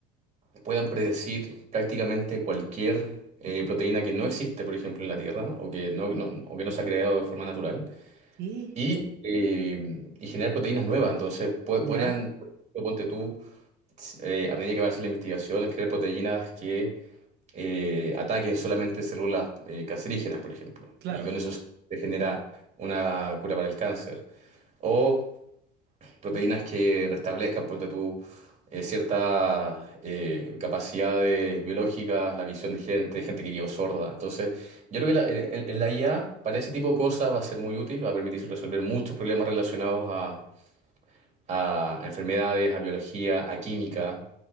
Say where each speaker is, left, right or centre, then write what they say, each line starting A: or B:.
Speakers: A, on the right; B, on the right.
A: puedan predecir prácticamente cualquier eh, proteína que no existe, por ejemplo, en la Tierra o que no, no- o que no se ha creado de forma natural
B: Y
A: y, eh, y generar proteínas nuevas. Entonces, po-
B: ya.
A: podrían, ponte tú, eh, a medida que va a hacer la investigación, crear proteínas que eh, ataquen solamente células eh, cancerígenas, por ejemplo,
B: Claro.
A: y con eso se se genera una cura para el cáncer. O proteínas que restablezcan, ponte tú, eh, ciertas eh, capacidades biológicas, la visión de gente, gente que quedó sorda. Entonces, yo creo que la, en, en la IA para ese tipo de cosas va a ser muy útil, va a permitir resolver muchos problemas relacionados a, a enfermedades, a biología, a química.